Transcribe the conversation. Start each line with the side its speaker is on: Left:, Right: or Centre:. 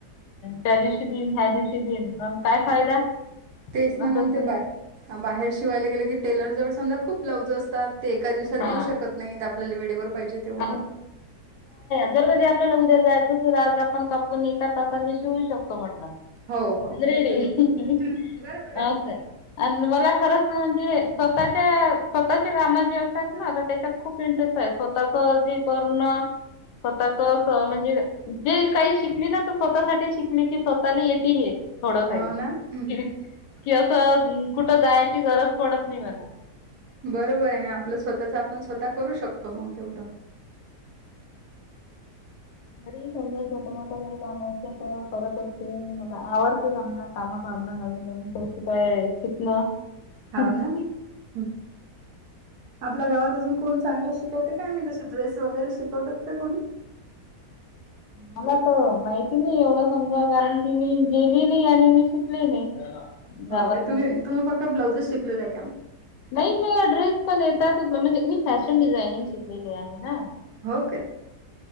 Left: त्या दिवशी दिईन ह्या दिवशी देन मग काय फायदा
Right: तेच ना
Left: असं
Right: मग ते
Left: त्यांना
Right: बा बाहेर शिवायला गेले की टेलर जवळ समजा खूप बलाऊज असतात. ते एका दिवसात
Left: हा.
Right: देऊ शकत नाहीत आपल्याला वेळेवर पाहिजे तेव्हा.
Left: आहे जर कधी आपल्याला उद्या जायचं. धा आज आपण कापून एका तासाने शिवू शकतो म्हटलं
Right: हो, हो,
Left: अ्रेडी
Right: नाहीतर हं, बरोबर
Left: का
Right: आहे.
Left: अ <unintelligible> मला खरंच म्हणजे स्वतःच्या स्वतःच्या कामात जे असतात ना त्याच्यात खूप इंटरेस्ट आहे. पाख अज करना <unintelligible> स्वतःच म्हणजे जे काही शिकली ना स्वतःसाठी शिकली कि स्वतःला येत हे थोडं काही
Right: हो ना, हं, हं.
Left: कि असं कुठं जायची गरज पडत नाही मला
Right: बरोबर आहे ना आपलं स्वतःच आपण स्वतः करू शकतो मग तेवढं
Left: घरी समजा छोटं मोठं काही काम असतं. करत असते मला आवडते त्यांमना काम करणं नवीन नवीन पैसे काय शिकणं.
Right: हो
Left: हम्.
Right: ना, हं. आपल्या गावात अजून कोण चांगला शिकवते कायमही तसे ड्रेस वगैरे शिकवतात का कोणी. <inaudible>
Left: मला तर माहिती नाही एवढं समजा कारण की मी गेली नाही आणि मी शिकली नाही.
Right: हो
Left: गावातून
Right: का तुम्ही तुम्ही फक्त ब्लाउजेस शिकले आहे का?
Left: नाही म ड्रेस पण येतात म्हणजे मी फॅशन डिझायनिंग शिकलेली आहे ना?
Right: हो काय?